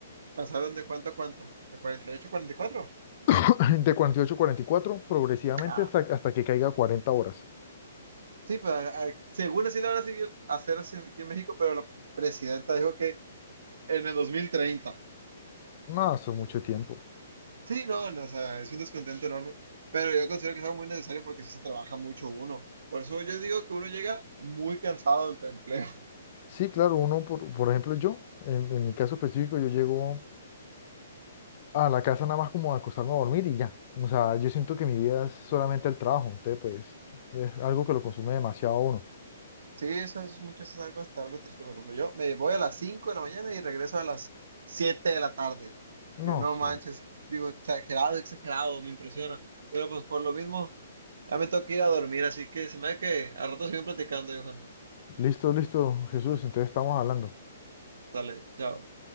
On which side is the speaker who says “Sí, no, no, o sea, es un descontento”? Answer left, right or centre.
Right